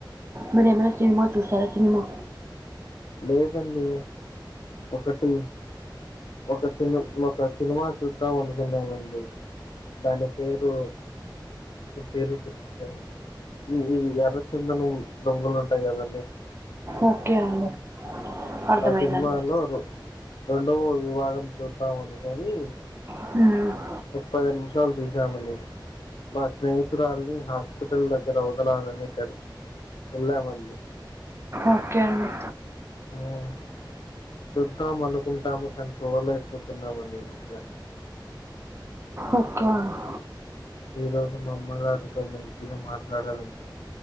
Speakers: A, on the right; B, on the left.
A: మరి ఏమైనా సినిమా చూసారా సినిమా
B: లేదండి ఒకటి ఒక సిని ఒక సినిమా చూద్దాం అనుకున్నామండి దాని పేరు పేరు గుర్తు లేదు ఇది ఎర్ర చెందనం దొంగలు ఉంటాయి కదండి
A: ఓకే అండి అర్థమైందండి.
B: అ సినిమా లో రెండో విభాగం చూద్దాం అనుకోని
A: మ్
B: ముప్పది నిమిషాలు తీసామండి మా స్నేహితురాల్ని హాస్పిటల్ దగ్గర అవదలాలనే కద్ ఎళ్ళమండి
A: ఓకే అండి
B: మ్ చూద్దాం అనుకుంటాము కని చూడలేకపోతున్నామండి ఇంకా
A: ఓకే అండి
B: ఈ రోజు మామ్మగారితో మంచిగా మాట్లాడాలండి